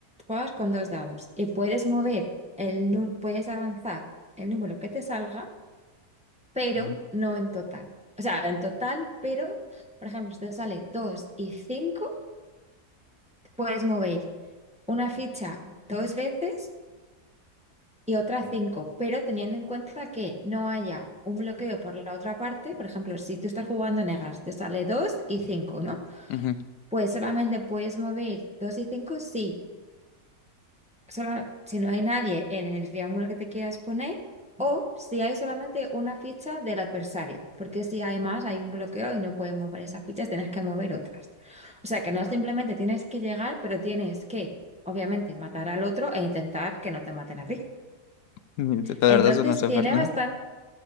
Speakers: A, in the centre; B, on the left (about 85°).
A: juegas con dos dados y puedes mover el nu- puedes avanzar el número que te salga, pero
B: ujú,
A: no en total. O sea, en total, pero, por ejemplo, si te sale 2 y 5 puedes mover una ficha dos veces y otra cinco, pero teniendo en cuenta que no haya un bloqueo por la otra parte, por ejemplo, si tú estás jugando negras, te sale 2 y cinco ¿no?
B: ujú,
A: Pues solamente puedes mover 2 y 5 si sola- si no hay nadie en el triángulo que te quieras poner o si hay solamente una ficha del adversario, porque si además hay un bloqueo y no puedes mover esas fichas, tienes que mover otras. O sea que no simplemente tienes que llegar, pero tienes que, obviamente, matar al otro e intentar que no te maten a ti.
B: ujú, <laughs> ujú, De
A: Entonces
B: verdad, eso no es súper.
A: tiene
B: ujú,
A: bastante,